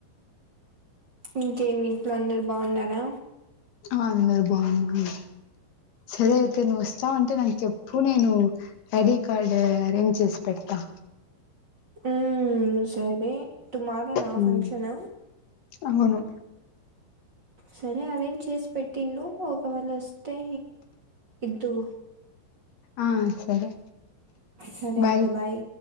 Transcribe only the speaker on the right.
ఇంకేమి ఇంట్లో అందరు బాగున్నారా
ఉ సవి టుమార నా
ఫంక్షన్
సరే అవేం చేసి పెట్టి ను ఒకవేళ మే ఇదు
సరే
అయితే బాయ్